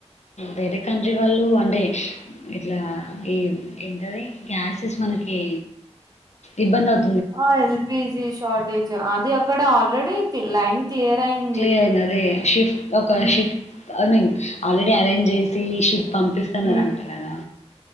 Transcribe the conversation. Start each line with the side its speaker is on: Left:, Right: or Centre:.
Left: వేరే కంట్రీ వాళ్ళూ అంటే ఇట్లా ఈ ఏంటది గ్యాసెస్ మనకీ ఇబ్బందవు
Right: ఆ ఎల్. పీ. జీ. షార్టేజ్ అది అక్కడ ఆల్రెడీ ఫిల్లై క్లియర్ అయింది
Left: క్లియర్ అదే షిఫ్ట్ ఒక
Right: ఉమ్,
Left: షిఫ్ట్ ఐ మీన్ ఆల్రెడీ అరేంజేసీ షిఫ్ పంపిస్తన్నరంట
Right: ఉమ్,
Left: గదా